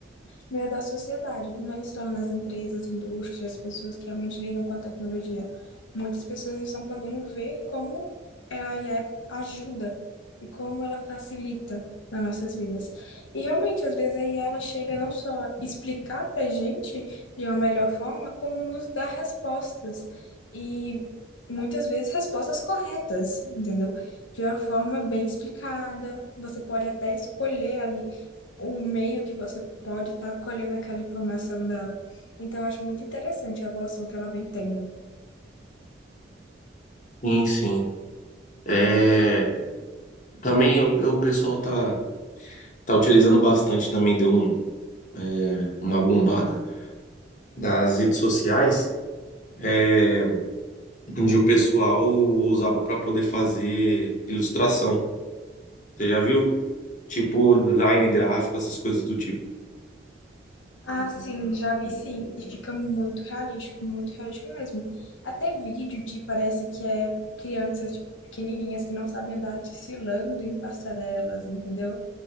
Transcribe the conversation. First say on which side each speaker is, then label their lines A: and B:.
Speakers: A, on the left; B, on the left.
A: meio da sociedade, não é só nas empresas, indústrias, pessoas que realmente lidam com a tecnologia. Muitas pessoas estão podendo ver como a IA ajuda e como ela facilita nas nossas vidas. E realmente, às vezes a IA ela chega não só explicar para a gente de uma melhor forma, como nos dar respostas. E muitas vezes respostas corretas, entendeu? De uma forma bem explicada. Você pode até escolher ali o meio que você pode estar colhendo aquela informação dela. Então, eu acho muito interessante a evolução que ela vem tendo.
B: não? Sim, sim. É, também o, o pessoal tá, tá utilizando bastante, também deu um é, uma bombada nas redes sociais, é, onde o pessoal usava para poder fazer ilustração. Você já viu? Tipo design gráfico, essas coisas do tipo.
A: Ah, sim, já vi sim, e fica muito realístico, muito realístico mesmo. Até vídeo de parece que é crianças, tipo, pequenininhas que não sabem andar desfilando em passarelas, entendeu?